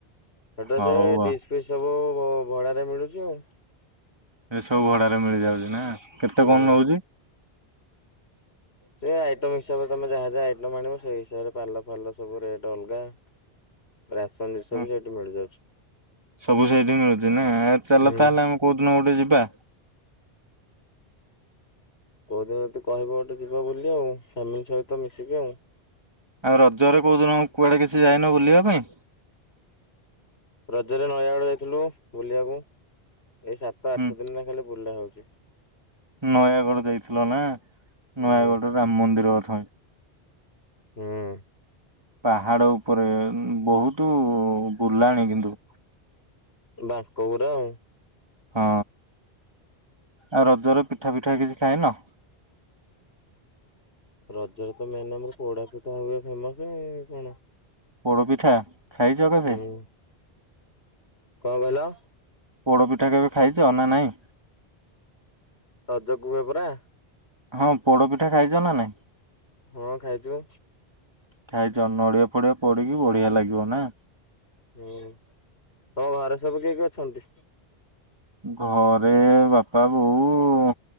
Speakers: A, on the left; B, on the right.
A: ସେଟା
B: ହଉ
A: ସେ ଡିସ୍
B: ଆଉ।
A: ପିସ୍ ସବୁ ଭ-ଭଡାରେ ମିଳୁଛି ଆଉ।
B: ଏସବୁ ଭଡ଼ାରେ ମିଳିଯାଉଛି ନା? କେତେ
A: ହୁଁ
B: କଣ ନଉଚି?
A: ସେଇ ଆଇଟମ୍ ହିସାବରେ ତମେ ଯାହା ଯାହା ଆଇଟମ ଆଣିବ, ସେଇ ହିସାବରେ ପାଲ ଫାଲ ସବୁ ରେଟ ଅଲଗା, ରାସନ ଜିନିଷ
B: ହଁ
A: ବି ସେଇଠି ମିଳି ଯାଉଛି।
B: ସବୁ ସେଇଠି ମିଳୁଛି ନା? ଆ ଚାଲ
A: ହୁଁ
B: ତାହେଲେ ଆମେ କୋଉଦିନ ଗୋଟେ ଯିବା?
A: କୋଉଦିନ ଯଦି କହିବ ଗୋଟେ ଯିବ ବୋଲି ଆଉ, ଫ୍ୟାମିଲି ସହିତ ମିଶିକି ଆଉ।
B: ଆଉ ରଜରେ କୋଉଦିନ କୁଆଡେ କିଛି ଯାଇନ ବୁଲିବା ପାଇଁ?
A: ରଜରେ ନୟାଗଡ଼ ଯାଇଥିଲୁ ବୁଲିଆକୁ। ଏଇ ସାତ ଆଠ
B: ହୁଁ
A: ଦିନ ହେଲା ଖାଲି ବୁଲା ହଉଛି।
B: ନୟାଗଡ ଯାଇଥିଲ ନା?
A: ହୁଁ
B: ନୟାଗଡରେ ରାମ ମନ୍ଦିର ଅଥ
A: ହୁଁ।
B: ପାହାଡ ଉପରେ, ବହୁତୁ ବୁଲାଣି କିନ୍ତୁ।
A: ବାଙ୍କ ଗୁରା ଆଉଁ।
B: ହଁ। ଆଉ ରଜର ପିଠା ପିଠା କିଛି ଖାଇନ?
A: ରଜରେ ତ ମେନ୍ ଆମର ପୋଡା ପିଠା ହୁଏ ଫେମସ, ଆଉ କଣ?
B: ପୋଡ ପିଠା, ଖାଇଚ କେବେ?
A: ହୁଁ କଣ କଇଲ?
B: ପୋଡ଼ ପିଠା କେବେ ଖାଇଛ, ନା ନାହିଁ?
A: ରଜକୁ ହୁଏ ପରା।
B: ହଁ ପୋଡ ପିଠା ଖାଇଛ ନା ନାଇଁ?
A: ହଁ, ଖାଇଚି ବା।
B: ଖାଇଛ। ନଡ଼ିଆ ଫଡିଆ ପଡିକି ବଢିଆ ଲାଗିବ ନା?
A: ହୁଁ। ତମ ଘରେ ସବୁ କିଏ କିଏ ଅଛନ୍ତି?
B: ଘରେ ବାପା, ବୋଉ,